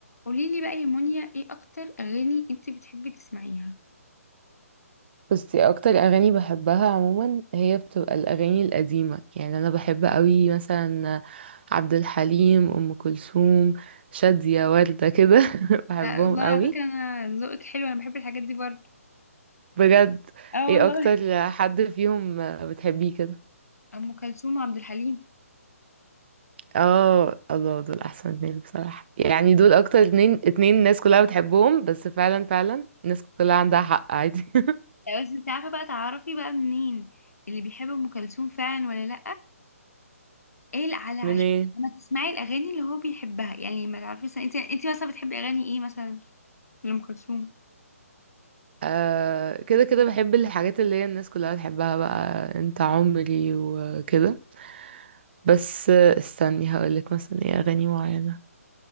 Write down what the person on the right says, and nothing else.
بصي اكتر اغاني بحبها عموما هي بتبقى الاغاني القديمه يعني انا بحب قوي مثلا عبد الحليم ام كلثوم شاديه ورده كده <laughs> بحبهم
قوي
بجد
ايه
اكتر حد فيهم بتحبيه كده
اه الله دول احسن اتنين بصراحه يعني دول اكتر اتنين اتنين الناس كلها بتحبهم بس فعلا فعلا الناس كلها عندها حق عادي
<laughs>
منين
آه كده كده بحب الحاجات اللي هي الناس كلها بتحبها بقى انت عمري وكده بس آه، استني هقولك مثلا ايه اغاني معينة